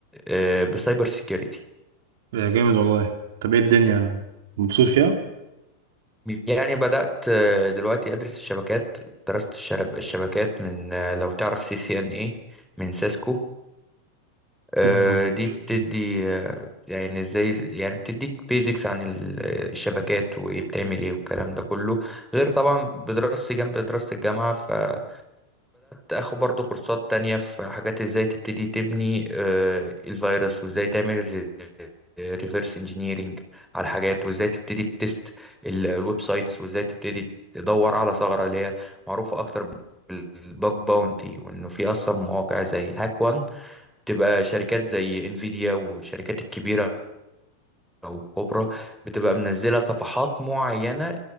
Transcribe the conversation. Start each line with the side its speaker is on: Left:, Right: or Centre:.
Centre: آه، بسايبر سيكيورتي
Right: آه، جامد والله طب ايه الدنيا مبسوط فيها
Centre: يعني بدأت آه، دلوقتي أدرس الشبكات درست الشرب- الشبكات من آه، لو تعرف سي سي إن إيه من سيسكو آه،
Right: <laughs>
Centre: دي بتدي
Right: مم.
Centre: آه، يعني ازاي يعني بتديك بيزكس عن ال- آه، الشبكات وايه بتعمل ايه والكلام ده كله غير طبعا بدراستي جنب دراسة الجامعة فبدأت اخد برضو كورسات تانية في حاجات ازاي تبتدي تبني آه، الفيروس وازاي تعمل ريفرس انجينيرينج على الحاجات وازاي تبتدي تست ال- الويب سايتس وازاي تبتدي تدور على ثغرة اللي هي معروفة اكتر بالباج باونتي وانه في اصلا مواقع زي هاك تبقى شركات زي انفيديا والشركات الكبيرة او الكبرى بتبقى منزلة صفحات معينة